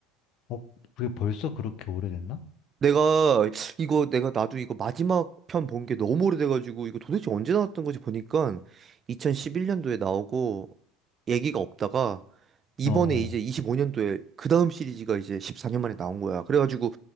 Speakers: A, on the left; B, on the right.
A: 어, 그게 벌써 그렇게 오래됐나?
B: 내가 이거 내가 나도 이거 마지막 편 본 게 너무 오래돼가지고 이거 도대체 언제 나왔던 거지 보니까 2011년도에 나오고 얘기가 없다가 이번에
A: 어, 어.
B: 이제 25년도에 그 다음 시리즈가 이제 14년 만에 나온 거야. 그래가지고